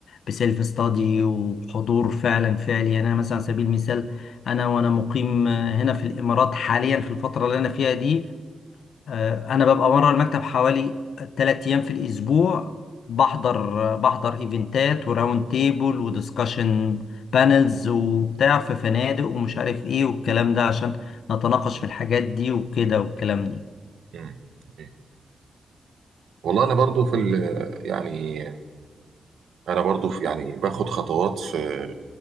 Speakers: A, on the left; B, on the right.
A: بسيلف ستادي وحضور فعلا فعلي يعني انا مثلا على سبيل المثال انا وانا مقيم هنا في الامارات حاليا في الفترة اللي انا فيها دي آه، انا ببقى بره المكتب حوالي 3 ايام في الاسبوع بحضر آه، بحضر ايفنتات وراوند تيبل ودiscussion بانلز وبتاع في فنادق ومش عارف ايه والكلام ده عشان نتناقش في الحاجات دي وكده والكلام دي
B: مم. مم. والله انا برضو في ال يعني انا برضو في يعني باخد خطوات في